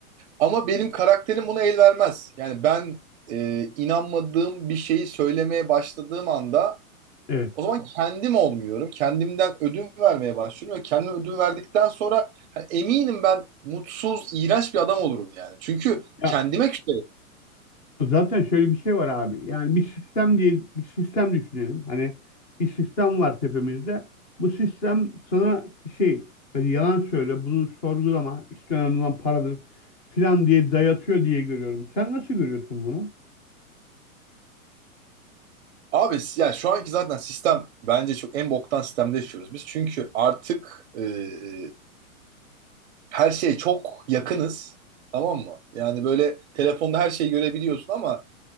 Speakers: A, on the right; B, on the left.
A: Ama benim karakterim buna el vermez. Yani ben e, inanmadığım bir şeyi söylemeye başladığım anda
B: evet.
A: o zaman kendim olmuyorum. Kendimden ödün vermeye başlıyorum ve kendime ödün verdikten sonra hani eminim ben mutsuz, iğrenç bir adam olurum yani. Çünkü
B: Ya
A: kendime küserim.
B: Zaten şöyle bir şey var abi. Yani bir sistem diye bir sistem düşünelim. Hani bir sistem var tepemizde. Bu sistem sana bir şey böyle yalan söyle, bunu sorgulama, işte önemli olan paradır filan diye dayatıyor diye görüyorum. Sen nasıl görüyorsun bunu?
A: Abi yani şu anki zaten sistem bence çok en boktan sistemde yaşıyoruz biz. Çünkü artık e, e, her şeye çok yakınız. Tamam mı? Yani böyle telefonda her şeyi görebiliyorsun ama